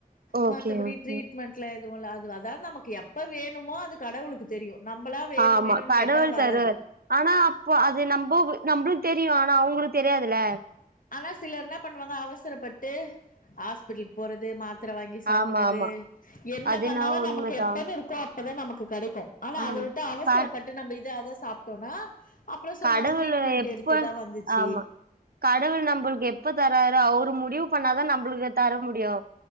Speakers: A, on the right (about 75°); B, on the left (about 60°).
A: ஓகே
B: மத்தபடி
A: ஓகே
B: ட்ரீட்மெண்ட்ல எதுவு இல்ல அது அதாவ்து நமக்கு எப்ப வேணுமோ அது கடவுளுக்கு தெரியு நம்பளா வேணு
A: ஆமா
B: வேணுன்னு
A: கடவுள்
B: கேட்டா வராது
A: தருவார் ஆனா அப்ப அது நம்போ நம்பளுக் தெரியு ஆனா அவ்ங்களுக்கு தெரியாதுல
B: ஆனா சிலர் என்ன பண்ணுவாங்க அவசரப்பட்டு ஹாஸ்பிட்டலுக்கு போறது மாத் த்திர வாங்கி சாப்புறது
A: ஆமா ஆமா
B: என்ன
A: அது
B: பண்ணாலு
A: என்னவோ
B: நமக்கு
A: உண்மதா
B: எப்பன்னு இருக்கோ அப்பதா நமக்கு க்கு ஆனா
A: ஆம்
B: அத விட்டு அவசரப்பட்டு
A: க
B: நம்ப இத அத சாப்ட்டோனா அப்றோ சொல்வாங்க
A: கடவுள்
B: ட்ரீட்மெண்ட்
A: எப்ப
B: எடுத்துதா வந்துச்சு
A: ஆமா கடவுள் நம்பளுக்கு எப்ப தராரோ அவரு முடிவு பண்ணாதா நம்பளுக்கு தர முடியு